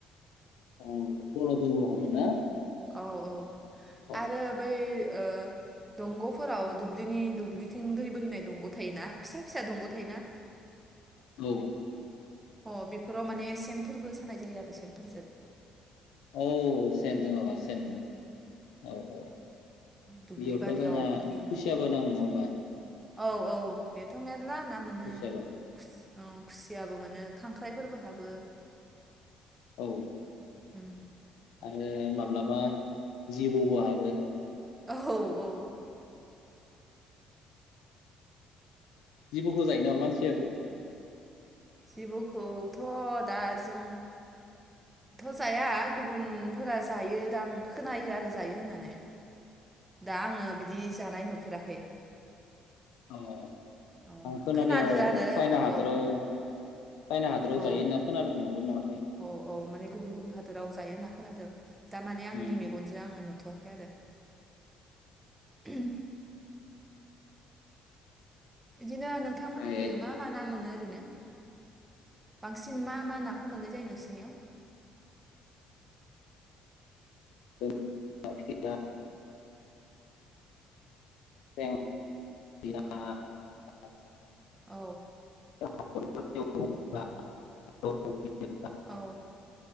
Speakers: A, on the left (about 75°); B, on the right (about 15°).
A: <unintelligible> बलदर रखममोन ना
B: औ औ
A: औ
B: आरो बै ओ दंगफोराव दुब्लिनि दुब्लि थिं दै बोहैनाय दंग थायोना फिसा फिसा दंगथायो ना
A: औ <unintelligible>
B: अ बेफोराव माने सेनफोरबो सानाय जायो आरो सेनफोरजो
A: औ सेनजों औ सेन औ औ
B: दुब्लि
A: बेयावथ
B: बारियाव
A: जोंहा
B: बिदि
A: खुसियाबो नांङो नङा होमबा
B: औ औ बेथ मेर ला ना मोनो
A: खुसियाबो
B: खुसि-खुसियाबो मोनो खांख्राइ फोरबो हाबो।
A: औ
B: उम
A: आरो माब्लाबा जिबौबो हाबो
B: औ औ
A: जिबौखो जायो नामा मानसियाबो
B: जिबौखौथ दा जों थ जाया गुबुनफोरा जायो दां खोनायो आरो जायो होननानै। दा आङो बिदि जा नाय नुफेराखै
A: औ
B: औ
A: अ खोनानायाव
B: खोनादो आरो
A: चाइना हादोराव
B: औ
A: चाइना हादोराव
B: औ
A: जायो होनना खोनादों नंगौना नङाथाय <inaudible>
B: औ औ माने गुबुन गुबुन हादोराव जायो होनना खोनादों दा माने आंनि
A: ओम
B: मेगनजो आङो नुथ आरो <unintelligible> इदिनो नोंथांमोनिखि
A: ओमफ्राय
B: मा मा ना मोनो रैनो बांसिन मा मा‌ नाखौ मोननाय जायो नोंसिनियाव
A: <unintelligible> <unintelligible>
B: औ
A: <unintelligible>
B: औ